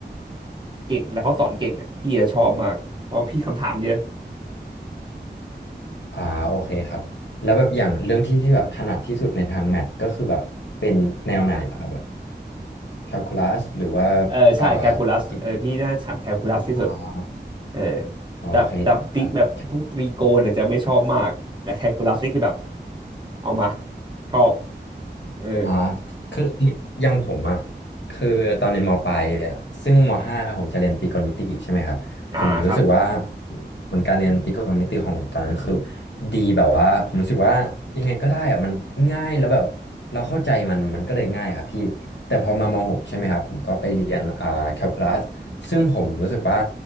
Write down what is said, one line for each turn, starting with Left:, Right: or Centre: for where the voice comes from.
Right: เก่งแล้วเขาสอนเก่งอ่ะพี่จะชอบมากเพราะพี่คำถามเยอะ
Left: อ่าโอเคครับแล้วแบบอย่างเรื่องที่พี่แบบถนัดที่สุดในทางแมทก็คือแบบเป็นแนวไหนเหรอครับแบบแคลคูลัสหรือว่า
Right: เออใช่แคลคูลัสเออพี่น่าจะถามแคลคูลัสที่สุด
Left: อ่าติอ๋อ
Right: เออ
Left: โอเคครับ
Right: แบบแบบติแบบพวกตรีโกณเนี่ยจะไม่ชอบมากแต่แคลคูลัสนี่คือแบบเอามาชอบเออ
Left: อ๋อคืออยังผมอ่ะคือตอนเรียนมปลายอะซึ่งมห้าผมจะเรียนตรีโกณมิติใช่ไหมครับผมรู้สึกว่า
Right: อ่าครับ
Left: ผลการเรียนตรีโกณมิติของผมตอนนั้นคือดีแบบว่าผมรู้สึกว่ายังไงก็ได้อะมันง่ายแล้วแบบ เราเข้าใจมันมันก็เลยง่ายครับพี่แต่พอมาม .6
Right: อืม
Left: ใช่ไหมครับผมก็ไปเรียนอ่าแคลคูลัสซึ่งผมรู้สึกว่า